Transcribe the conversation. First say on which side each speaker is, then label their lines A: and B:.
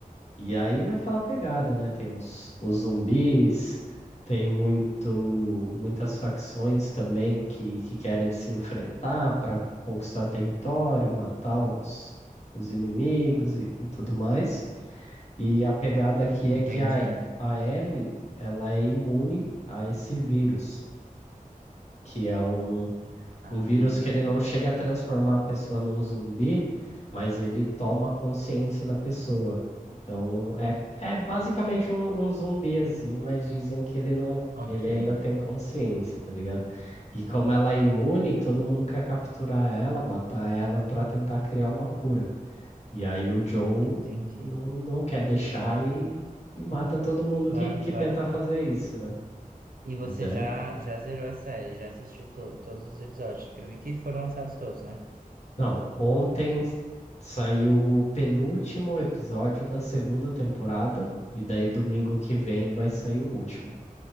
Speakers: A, on the left (about 50°); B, on the right (about 80°).
A: E aí naquela pegada, né? Tem os, os zumbis, tem muito, muitas facções também que, que querem se enfrentar para conquistar território, matar os, os inimigos e, e tudo mais. E a pegada aqui é
B: Entendi.
A: que a, a Ellie, ela é imune a esse vírus, que é um
B: Ah,
A: um vírus
B: ok.
A: que ele não chega a transformar a pessoa num zumbi, mas ele toma consciência da pessoa. Então, é, é basicamente
B: Entendi.
A: um, um zumbi assim, mas dizem que ele não,
B: Ok.
A: ele ainda tem consciência, tá ligado? E como ela é imune, todo mundo quer capturar ela, matar ela pra tentar criar uma cura. E aí o Joe
B: Entendi.
A: não, não quer deixar e, e mata todo mundo
B: Claro,
A: que, que
B: claro.
A: tenta fazer isso, né?
B: E você
A: Mas é
B: já, já zerou a série, já assistiu to- todos os episódios, porque eu vi que foram lançados todos, né?
A: Não, ontem saiu o penúltimo episódio da segunda temporada, e daí domingo que vem vai sair o último.